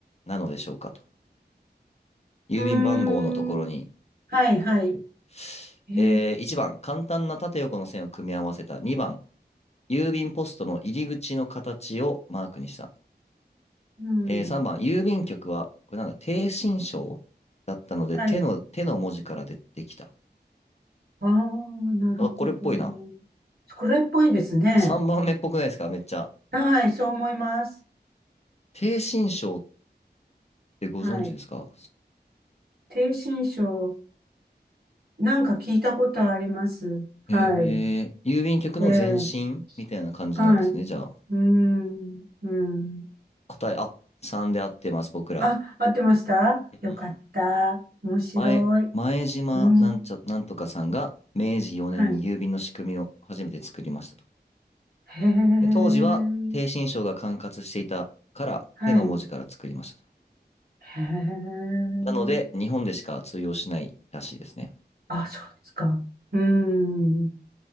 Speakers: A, on the left; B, on the right.
A: なのでしょうかと。郵便番号のところに
B: うーん。はい、
A: 書くやつ。
B: はい。え、
A: えー、1番、簡単な縦横の線を組み合わせた。2番、郵便ポストの入り口の形をマークにした。
B: うん。
A: えー3番、郵便局は、これなんだ、低心章だったので、
B: はい。
A: 手の、手の文字から出てきた。
B: ああ、なるほど。
A: あ、これっぽいな。
B: これっぽいですね。
A: 3番目っぽくないですかめっちゃ。
B: はい、そう思います。
A: 低心章ってご存知ですか
B: はい。低心症。なんか聞いたことあります。はい。
A: えー、郵便局の前身みたいな感じなんですね。
B: ええはい。う
A: じゃあ、
B: ーん、うん。
A: 答え、あ、3で合ってます、僕ら。
B: あ、合ってましたよかった。
A: うん
B: 面白い。
A: 前、前島なんちゃ、
B: うん。
A: なんとかさんが明治4年に郵便の仕組みを初めて作りましたと。
B: はい。へえ。
A: で当時は低身章が管轄していたから手の文字から作りましたと。
B: はい。へえ。
A: なので日本でしか通用しないらしいですね。
B: あ、そうですか。うーん。